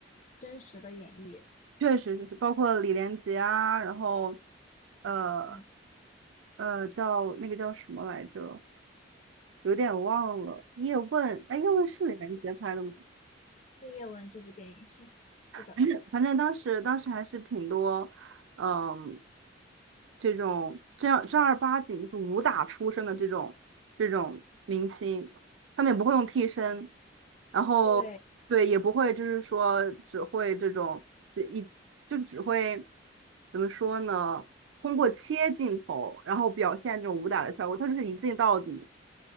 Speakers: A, on the left; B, on the right.
A: 真实的演绎。
B: 确实就是包括李连杰啊，然后呃
A: 没错，
B: 呃叫那个叫什么来着，有点忘了。叶问，哎，叶问是李连杰拍的吗？
A: 是叶问这部电影是是的，
B: 反正反正当时当时还是挺多，嗯，这种正儿正儿八经就是武打出身的这种这种明星，他们也不会用替身，然后对也不会就是说只会这种一就是只会
A: 对，
B: 怎么说呢？通过切镜头，然后表现这种武打的效果，他就是一镜到底。